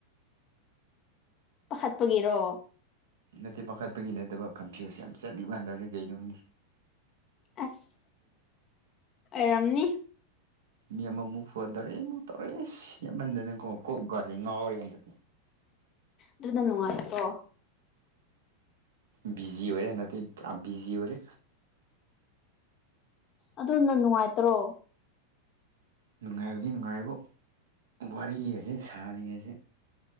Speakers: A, on the left; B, on the right.
A: ꯄꯥꯈꯠꯄꯒꯤꯔꯣ
B: ꯅꯠꯇꯦ ꯄꯥꯈꯠꯄꯒꯤ ꯅꯠꯇꯕ ꯀꯟꯐ꯭ꯌꯨꯁ ꯌꯥꯝ ꯆꯠꯂꯤ ꯍꯟꯗꯛꯁꯦ ꯀꯩꯅꯣ ꯍꯪꯗꯤ
A: ꯑꯁ ꯑꯣꯏꯔꯝꯅꯤ
B: ꯃꯤ ꯑꯃꯃꯨꯛ ꯐꯣꯟ ꯇꯧꯔꯦ ꯑꯃꯨꯛ ꯇꯧꯔꯦ ꯏꯁ ꯌꯥꯝꯃꯟꯗꯅꯀꯣ ꯀꯣꯛꯀꯥꯖꯦ ꯉꯥꯎꯔꯦ ꯍꯟꯛꯇꯤ
A: ꯑꯗꯨꯅ ꯅꯨꯡꯉꯥꯏꯇ꯭ꯔꯣ
B: ꯕꯤꯖꯤ ꯑꯣꯏꯔꯦ ꯍꯟꯗꯛꯇꯤ ꯄꯨꯔ ꯕꯤꯖꯤ ꯑꯣꯏꯔꯦ
A: ꯑꯗꯨꯅ ꯅꯨꯡꯉꯥꯏꯇ꯭ꯔꯣ
B: ꯅꯨꯡꯉꯥꯏꯕꯗꯤ ꯅꯨꯡꯉꯥꯏꯕꯨ ꯋꯥꯔꯤꯒꯗꯤ ꯁꯥꯥꯟꯅꯤꯡꯉꯖꯦ